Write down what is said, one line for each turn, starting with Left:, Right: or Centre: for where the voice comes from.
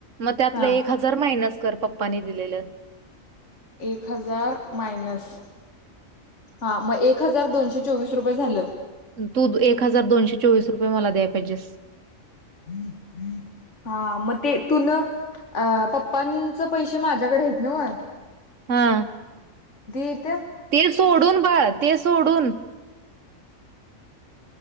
Right: मग त्यातलं
Left: हा
Right: एक हजार मायनस कर पप्पाने दिलेलं,
Left: एक हजार मायनस हा मग एक हजार दोनशे चोवीस रुपये झालं
Right: तू एक हजार दोनशे चोवीस रुपये मला द्याय पाहिजेस
Left: <inaudible> हा मग ते तु न अ पप्पांच पैसे माझ्याकडे आहेत नव्ह
Right: हा
Left: येत दोन
Right: ते सोडून बाळ ते सोडून